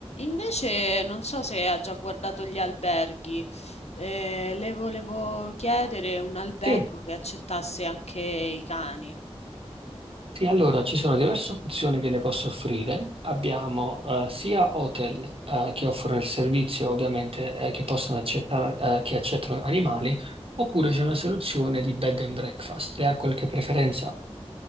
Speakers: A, on the left; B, on the right.
A: Invece non so se ha già guardato gli alberghi. Eh, le volevo chiedere un albergo
B: Sì,
A: che accettasse anche i cani.
B: Sì, allora ci sono diverse opzioni che le posso offrire. Abbiamo eh, sia hotel eh, che offrono il servizio, ovviamente, eh, che possono accettare, eh, che accettano animali, oppure c'è una soluzione di bed and breakfast. Le ha qualche preferenza?